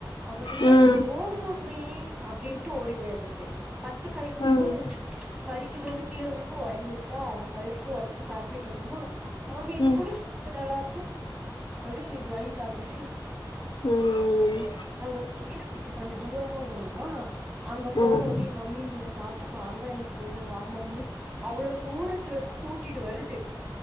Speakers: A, on the right; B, on the left.
A: அப்படின்னா
B: ம்
A: நோ மா ம்மி அப்படின்ட்டு ஓடி போயிடுறது பச்ச காய வந்து
B: ம்
A: பறிக்கும் போது கீழே விழுந்து உடைஞ்சிருச்சா அத கழுவிட்டு உடைச்சு சாப்பிட்டுட்டு இருந்தோமா மம்மி இது
B: ம்
A: கூடு இது நல்லா இருக்கும் அப்படியே இது வாங்கி சாப்புட்டு
B: ம்
A: அவ கீரப்பிக்க கொஞ்சம் தூரமா போணுமா அங்க போனோட்டி
B: ம்
A: மம்மி மின்ன சாப்பிட்ட மாங்க அதான் எனக்கு வேணும் வா மம்மி அவ்ளோ தூரத்துல இருந்து கூட்டிட்டு வருது